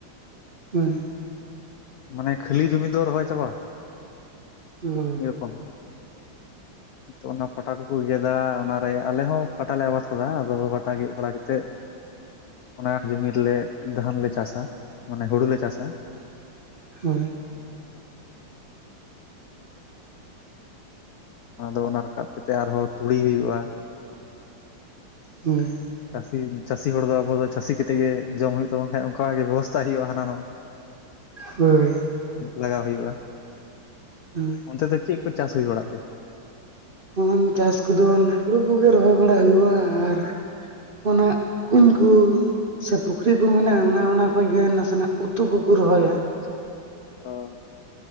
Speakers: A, on the right (about 80°); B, on the left (about 80°).
A: ᱦᱳᱭ
B: ᱢᱟᱱᱮ ᱠᱷᱟᱹᱞᱤ ᱡᱩᱢᱤ ᱫᱚ ᱨᱚᱦᱚᱭ ᱪᱟᱵᱟ?
A: ᱦᱩ
B: ᱮᱨᱚᱠᱚᱢ ᱛᱚ ᱚᱱᱟ ᱯᱚᱴᱟ ᱠᱚ ᱜᱮᱫᱟ ᱚᱱᱟᱨᱮ ᱟᱞᱮ ᱦᱚᱸ ᱯᱟᱴᱟ ᱞᱮ ᱟᱵᱟᱫ ᱠᱟᱫᱟ ᱟᱫᱚ ᱯᱟᱴᱟ ᱜᱮᱫ ᱵᱟᱲᱟ ᱠᱟᱛᱮᱫ ᱚᱱᱟ ᱡᱩᱢᱤ ᱨᱮᱞᱮ ᱫᱷᱟᱱ ᱞᱮ ᱪᱟᱥᱟ ᱢᱟᱱᱮ ᱦᱩᱲᱩᱞᱮ ᱪᱟᱥᱟ᱾
A: ᱦᱳᱭ
B: ᱟᱫᱚ ᱚᱱᱟ ᱨᱟᱠᱟᱵ ᱠᱟᱛᱮ ᱟᱨᱦᱚᱸ ᱛᱩᱲᱤ ᱦᱩᱭᱩᱜᱼᱟ᱾
A: ᱦᱳᱭ
B: ᱪᱟᱹᱥᱤ ᱪᱟᱹᱥᱤ ᱦᱚᱲ ᱫᱚ ᱟᱵᱚ ᱫᱚ ᱪᱟᱹᱥᱤ ᱠᱟᱛᱮᱜ ᱜᱮ ᱡᱚᱢ ᱦᱩᱭᱩᱜ ᱛᱟᱵᱚᱱ ᱠᱷᱟᱡ ᱚᱱᱠᱟᱜ ᱜᱮ ᱵᱮᱵᱚᱥᱛᱷᱟ ᱦᱩᱭᱩᱜᱼᱟ ᱦᱟᱱᱟ ᱱᱟᱣᱟ ᱾
A: ᱦᱳᱭ
B: ᱞᱟᱜᱟᱣ ᱦᱩᱭᱩᱜᱼᱟ
A: ᱦᱳᱭ
B: ᱚᱱᱛᱮ ᱫᱚ ᱪᱮᱫ ᱠᱚ ᱪᱟᱥ ᱦᱩᱭ ᱵᱟᱲᱟᱜ ᱛᱮ?
A: ᱩᱢ ᱪᱟᱥ ᱠᱚᱫᱚ ᱦᱩᱲᱩ ᱠᱚᱜᱮ ᱨᱚᱦᱚᱭ ᱵᱟᱲᱟ ᱦᱩᱭᱩᱜᱼᱟ ᱟᱨ ᱚᱱᱟ ᱠᱩᱧ ᱠᱚ ᱥᱮ ᱯᱩᱠᱷᱨᱤ ᱠᱚ ᱢᱮᱱᱟᱜᱼᱟ ᱚᱱᱟ ᱚᱱᱟ ᱠᱷᱚᱡ ᱜᱮ ᱱᱟᱥᱮᱱᱟᱜ ᱩᱛᱩ ᱠᱚᱠᱚ ᱨᱚᱦᱚᱭᱟ ᱾
B: ᱚ